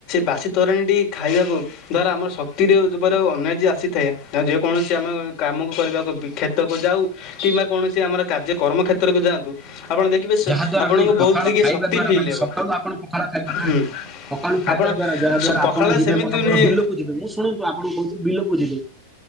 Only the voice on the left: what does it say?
ବାସୀ ତୋରାଣି ତୋରାଣି ଟି ଖାଇବାକୁ ଦ୍ଵାରା ଆମର ଶକ୍ତିରେ <unintelligible> ଅନର୍ଜି ଆ ଆସିଥାଏ ଆଉ ଯେକୌଣସି ଆମ କାମକୁ କରିବାକୁ କ୍ଷେତକୁ ଯାଉ କିମ୍ବା କୌଣସି ଆମର କାର୍ଯ୍ୟ କରମ କର୍ମକ୍ଷେତ୍ରକୁ ଯାଆନ୍ତୁ ଆପଣ ଦେଖିବେ ଶ୍
ଆପଣଙ୍କୁ
ବହୁତ
ଟିକେ
ଶକ୍ତି
ଫିଲ୍
ହେବ
ହୁଁ।
ଆପଣ
ପଖାଳ
ସେମିତି
ନୁହେଁ